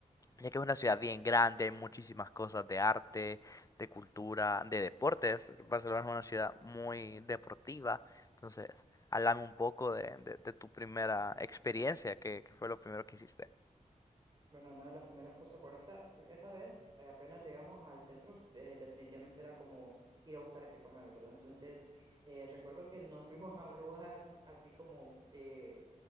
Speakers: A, on the left; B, on the right.
A: ya que es una ciudad bien grande, hay muchísimas cosas de arte, de cultura, de deportes. Barcelona es una ciudad muy deportiva, entonces, háblame un poco de, de- de tu primera experiencia, que, que fue lo primero que hiciste.
B: Bueno, una de las primeras cosas, bueno, esa, esa vez eh, apenas llegamos al centro, eh, definitivamente era como ir a buscar qué comer, ¿verdad? Entonces, eh, recuerdo que no fuimos a un lugar así como, eh,